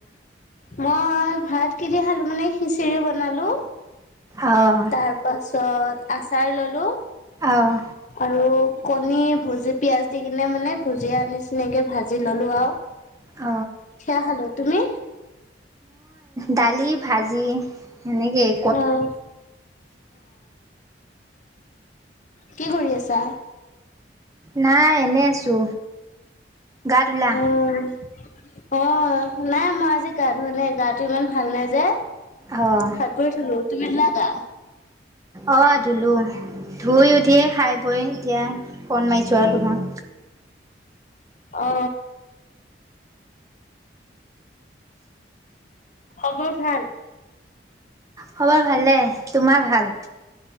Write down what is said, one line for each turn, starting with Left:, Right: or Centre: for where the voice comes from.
Left: মই ভাত কেইটা খালো মানে খিচিৰি বনালো
Right: অ'
Left: তাৰ পাছত আচাৰ ললো
Right: আহ
Left: আৰু কণী ভুজি পিয়ঁাজ দি কিনে মানে ভুজিয়া নিচিনাকে ভাজি ললো আৰু
Right: উ
Left: খেয়া হালো তুমি
Right: দালী ভাজি এনেকৈ
Left: অ', কি কৰি আছা
Right: নাই এনে আছো গা ধুলা
Left: অ', অ নাই মই আজি গা ধোৱা নাই গাটো ইমান ভাল নাই যে
Right: অ'
Left: খ গৈঠলো তুমি ধুলা গা
Right: অঁ ধুলোঁ ধুই উঠিয়ে খাই বৈ এতিয়া ফোন মাৰিছোঁ আৰু তোমাক
Left: অ খবৰ ভাল
Right: খবৰ ভালে তোমাৰ ভাল